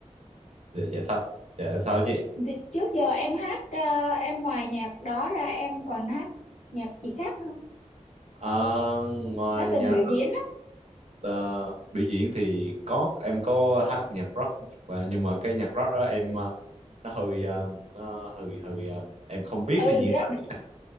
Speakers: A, on the right; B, on the left.
A: dạ dạ sao dạ sao chị
B: thì trước giờ em hát ờ, em ngoài nhạc đó ra em còn hát nhạc gì khác nữa không?
A: À, ngoài
B: đã
A: nhạc
B: từng biểu diễn á
A: ờ, biểu diễn thì có em có hát nhạc rock và nhưng mà cái nhạc rock đó em ờ, nó hơi ờ, nó hơi hơi ờ, em không biết
B: ừ
A: nên diễn
B: ra,
A: tả như nào